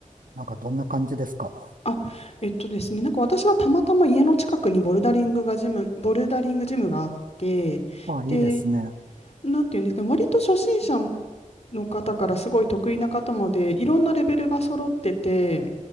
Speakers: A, on the right; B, on the left.
A: なんかどんな感じですか
B: あ、えっとですね、なんか私はたまたま家の近くにボルダリングがジム、ボルダリングジムがあって、
A: あ、いいですね。
B: で、なんていうんですかね、割と初心者の方からすごい得意な方まで、いろんなレベルが揃ってて、